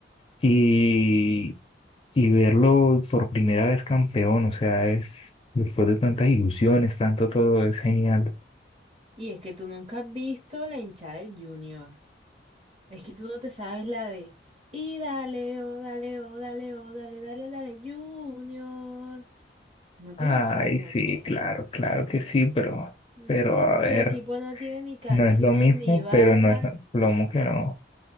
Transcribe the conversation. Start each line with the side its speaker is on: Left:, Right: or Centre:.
Left: y, y verlo por primera vez campeón, o sea, es después de tantas ilusiones, tanto todo, es genial.
Right: Y es que tú nunca has visto la hinchada del Junior. Es que tú no te sabes la de. Y dale, oh, dale, oh, dale, oh, dale, dale, dale, Junior. ¿No te
Left: Ay,
Right: la sabes o
Left: sí,
Right: qué?
Left: claro, claro que sí, pero,
Right: Mm,
Left: pero a ver,
Right: Tu equipo no tiene ni canción,
Left: no es lo mismo,
Right: ni barra.
Left: pero no es lo plomo que no.